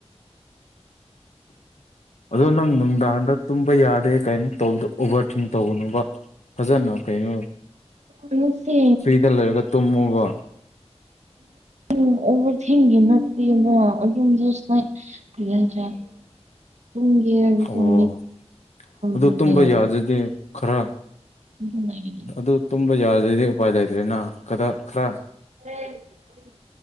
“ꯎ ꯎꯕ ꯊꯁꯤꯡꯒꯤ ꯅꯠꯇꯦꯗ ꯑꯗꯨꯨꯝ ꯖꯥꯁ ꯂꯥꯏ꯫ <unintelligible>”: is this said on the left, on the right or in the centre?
Right